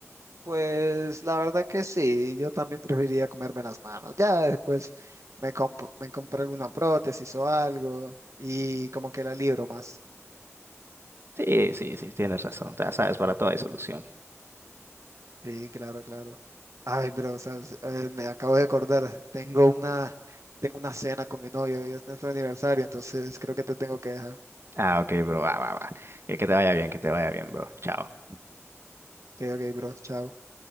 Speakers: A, on the right; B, on the right.
A: Pues la verdad que sí, yo también preferiría comerme las manos. Ya después me comp- me compré una prótesis o algo y como que la libro más.
B: Sí, sí, sí, tienes razón. Ya sabes, para todo hay solución.
A: Sí, claro, claro. Ay, bro, ¿sabes? Eh, me acabo de acordar, tengo una, tengo una cena con mi novio, hoy es nuestro aniversario, entonces creo que te tengo que dejar.
B: Ah, ok, bro, va, va, va. Que que te vaya bien, que te vaya bien, bro. Chao.
A: Ok, ok, bro, chao.